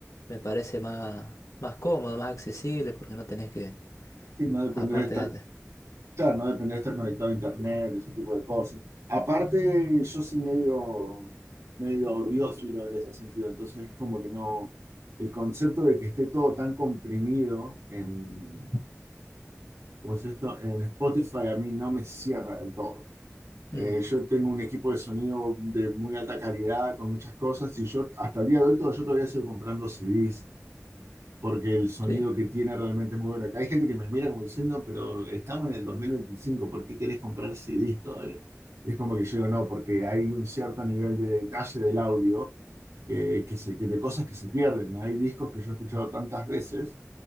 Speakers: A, on the left (about 80°); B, on the right (about 80°).
A: Me parece más, más cómodo, más accesible, porque no tenés que,
B: Y no depender
A: aparte
B: de estar,
A: de antes.
B: claro, no depender de estar conectado a internet, ese tipo de cosas. Aparte, yo soy medio, medio audiófilo en ese sentido. Entonces es como que no, el concepto de que esté todo tan comprimido en, ¿cómo es esto? En Spotify a mí no me cierra del todo. Eh,
A: Mm,
B: yo tengo un equipo de sonido de muy alta calidad, con muchas cosas, y yo hasta el día de hoy todo, yo todavía sigo comprando CDs, porque el sonido
A: sí,
B: que tiene realmente es muy bueno. Acá hay gente que me mira como diciendo, pero estamos en el 2025, ¿por qué querés comprar CDs todavía? Y es como que yo digo, no, porque hay un cierto nivel de detalle del audio que, que se, que de cosas que se pierden. Hay discos que yo he escuchado tantas veces